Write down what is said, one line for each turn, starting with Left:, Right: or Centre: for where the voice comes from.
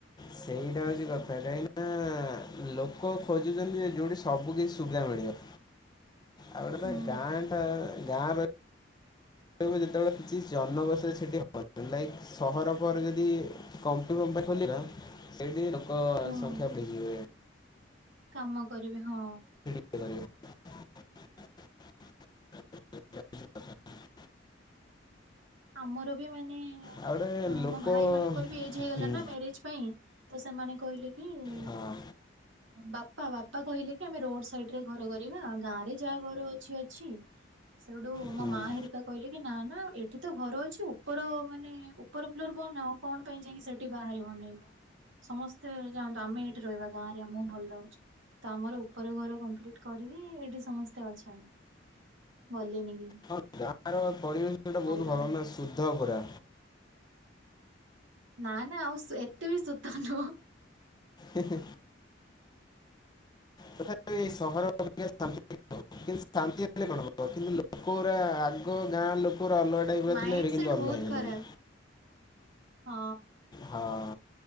Left: ସେଇଟା ହଉଛି କଥା କାହିଁକି ନା ଲୋକ ଖୋଜୁଛନ୍ତି ଯୋଉଠି ସବୁ କିଛି ସୁବିଧା ମିଳିବ। ଆଉ ଗୋଟେ
Right: ହୁଁ
Left: କଥା ଗାଆଁ ଟା ଗାଆଁ ର ସେତେବେଳେ ଯେତେ ବେଳେ କିଛି ଜନବସତି ସେଠୀ ହବନି ନାଇ କି? ସହର ପରେ ଯଦି କମ୍ପି କମ୍ପାନି ଖୋଲିବା ସେଠୀ ଲୋ କ
Right: ହୁଁ।
Left: ସଂଖ୍ୟା ବେଶି ହେବ।
Right: କାମ କରିବେ ହଁ।
Left: <unintelligible>
Right: ଆମର ବି ମାନେ
Left: ଆଉ ଗୋଟେ
Right: ଅଁ
Left: ଲୋକ
Right: ମୋ ଭାଇ ମାନଙ୍କର ବି ଏଜ ହେଇଗଲା
Left: ହଁ
Right: ନା ମ୍ୟାରେଜ ପାଇଁ। ତ ସେମାନେ କହିଲେ କି ଉଁ
Left: ହଁ
Right: ବାପ ତା ବାପା କହିଲେ କି ଆମେ ରୋଡ ସାଇଡରେ ଘର କରିବା ଗାଁ ରେ ଯାହା ଘର ଅଛି ଅଛି। ସେଇଡୁ
Left: ହୁଁ
Right: ମୋ ମା ହିରିକା କହିଲ କି ନା ନା ଏ ଏଠି ତ ଘର ଅଛି ଉପର ମାନେ ଉପର ଫ୍ଲୋର ବନାଓ ଆଉ କଣ ପାଇଁ ଯାଇକି ସେଠି ବାହାରେ ବନେଇବ? ସମସ୍ତେ ଯାଆନ୍ତୁ ଆମେ ଏଇଠି ରହିବା ଗାଁରେଆମକୁ ଭଲ ଲାଗୁଛି। ତ ଆମର ଉପର ଘର କମ୍ପ୍ଲିଟ କରିବି ଏଇଠି ସମସ୍ତେ ଅଛନ୍ତି। ଗଲେନି କେହି?
Left: ହଁ ଗାଁର ପରିବେଶଟା ବହୁତ
Right: ରହିବାକୁ।
Left: ଭଲ ନାଁ ଶୁଦ୍ଧ ପୁରା।
Right: ନା ନା ଆଉ ସେ ଏତେ ବି ଶୁଦ୍ଧ ନୁହଁ।
Left: ହିଁ ହିଁ। ତଥାପି ଏହି ସହର ଶାନ୍ତି ଥିବ। କିନ୍ତୁ ଶାନ୍ତି ହେଲେ କଣ ହବ କିନ୍ତୁ ଲୋକ ଉରା ଆଗ ଗାଆଁ ଲୋକ ରା ଅଲଗା
Right: ମାଇଣ୍ଡ
Left: ଥିଲେ ଏବେ କିନ୍ତୁ
Right: ସେଟ
Left: ଅଲଗା
Right: ବହୁତ
Left: ହେଇଗଲେଣି।
Right: ଖରାପ ହଁ।
Left: ହଁ